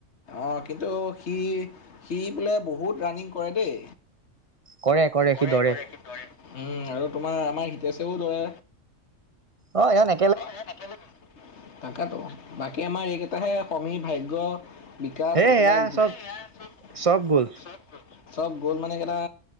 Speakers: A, on the left; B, on the right.
A: অ', কিন্তু সি, সি বোলে বহুত ৰাণিং কৰে দেই।
B: কৰে
A: কৰে
B: সি দৰে
A: কৰে, সি দৌৰে। উম, আৰু তোমাৰ আমাৰ হিতেশেও দৌৰে।
B: অ', এয়া নে
A: অ', এইয়া নেখেলে, তাকেতো, বাকী আমাৰ এইকেইটাহে সমীৰ, ভাগ্য। বিকাশ
B: হে
A: একেটা‌‌
B: সেয়া
A: গু
B: চব
A: <unintelligible>
B: চব গ'ল
A: চব গ'ল মানে এই কেইটা